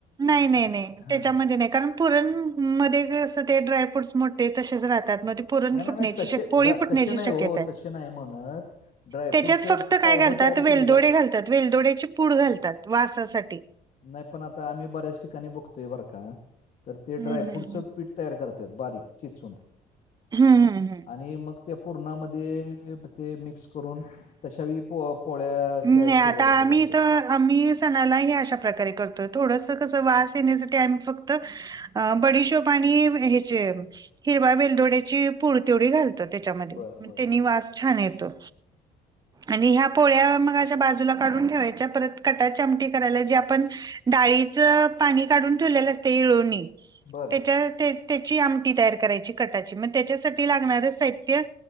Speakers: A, on the right (about 25°); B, on the left (about 50°).
A: नाही, नाही,
B: आत
A: नाही
B: हां.
A: त्याच्यामध्ये नाही कारण पुरण मं मध्ये ते सगळे ड्रायफ्रूटस मोठे तसेच राहतात म पुरण
B: नाही नाही
A: फुटण्याची
B: नाही तसे
A: शक्य, पोळी
B: ड्रा
A: फुटण्याची
B: तसे नाही
A: शक्यता
B: हो
A: आहे,
B: तसे नाही म्हणत ड्रायफ्रूटचं
A: त्याच्यात फक्त फक्त काय
B: पावडर
A: घातात
B: तयार
A: वेलदोडे
B: केली जाते
A: घालतात, वेलदोड्याची पूड घालतात वासासाठी.
B: नाही पण आता आम्ही बऱ्याच ठिकाणी बघतोय बरं का तर ते ड्रायफ्रूटचं
A: हम्म हम्म
B: पीठ तयार करतात बारीक चिचून
A: हम्म हम्म हम्म हम्म
B: आणि मग त्या पूर्णामध्ये हे ते मिक्स करून, तशाही पोळ्या
A: नई
B: के-
A: आता
B: केल्या जातात
A: आम्ही
B: असे
A: त आम्ही सणाला ह्या अशा प्रकारे करतो, थोडंस कसं वास येण्या साठी आम्ही फक्त अं बडीशोप आणि अ ह्याचे हिरवा वेलदोड्याची पुड तेवढी घालतो त्या त्याच्यामधे
B: बर
A: म
B: बर
A: त्यानी
B: बर
A: वास
B: बर
A: छान येतो आणि ह्या पोळ्या त्या बाजूला काढून ठेवायच्या परत कटाची आमटी करायला जे आपण, डाळीचं पाणी काढून ठेवलेलं असते हिळोणी
B: बर
A: त्याच्या त्याची आमटी तयार करायची, कटाची. मग त्याच्यासाठी लागणार साहित्यं